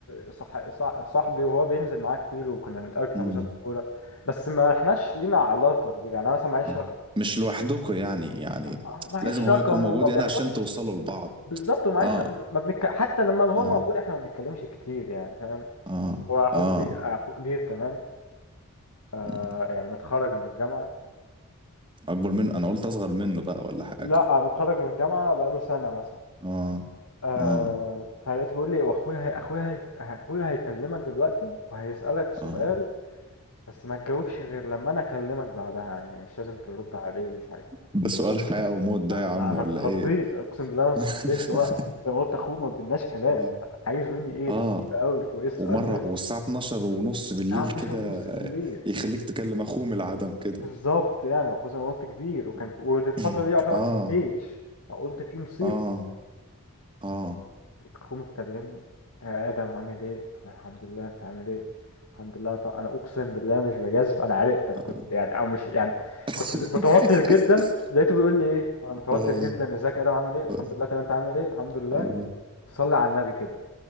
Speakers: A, on the left (about 80°); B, on the right (about 20°).
A: صح صح صاحبي وهو بينزل معاه كتير وكنا بنتقابل في
B: مم.
A: حجوزات الكوره بس ما احناش لينا علاقه كبيره يعني انا مثلا معيش
B: آه.
A: رقم
B: مش لوحدكم يعني يعني
A: آه، معيش
B: لازم هو
A: رقم
B: يكون موجود
A: وما بيحصلش
B: يعني عشان توصلوا لبعض
A: بالظبط ومعيش
B: اه
A: ما بنك... حتى لما هو
B: اه
A: موجود احنا ما بنتكلمش كتير يعني فاهم
B: اه
A: هو اخوه
B: اه
A: كبير اخوه كبير كمان
B: مم.
A: آه، يعني متخرج من الجامعه
B: اكبر منه انا قلت اصغر منه بقى ولا حاجة
A: لا متخرج من الجامعه بقاله سنه مثلا
B: اه
A: آه
B: اه
A: فلقيته بيقول لي واخويا هي اخويا هي اخويا هيكلمك دلوقتي وهيسألك سؤال
B: اه
A: بس ما تجاوبش غير لما انا اكلمك بعدها يعني مش لازم ترد عليه ومش عارف ايه
B: ده سؤال حياة أو موت ده يا عم
A: انا انا
B: ولا
A: اتخضيت
B: إيه؟
A: اقسم بالله انا اتخضيت
B: <laughs>
A: اللي هو زي ما قلت اخوه ما بيناش كلام
B: آه
A: عايز مني ايه
B: آه
A: غريبة قوي وايه السؤال
B: ومرة
A: ده
B: والساعة 12 ونص بالليل
A: الساعة 12
B: كده
A: ونص
B: آه،
A: بالليل
B: يخليك تكلم أخوه من العدم كده
A: بالظبط يعني واخوه زي ما قلت كبير
B: <laughs>
A: وكان في والفترة
B: <clears throat>
A: دي يعتبر
B: آه
A: في الجيش فقلت في مصيبة
B: آه آه
A: اخوه بتكلمني يا ادم عامل ايه قلت له الحمد لله انت عامل ايه الحمد لله طب انا اقسم بالله مش بجازف انا عرقت انا
B: آه
A: كنت يعني او مش يعني
B: <laughs>
A: كنت متوتر جدا لقيته بيقول لي ايه وانا متوتر
B: آه
A: جدا ازيك يا ادم عامل ايه الحمد
B: آه.
A: لله طب انت عامل ايه الحمد لله
B: الحمد لله
A: صلي على النبي كده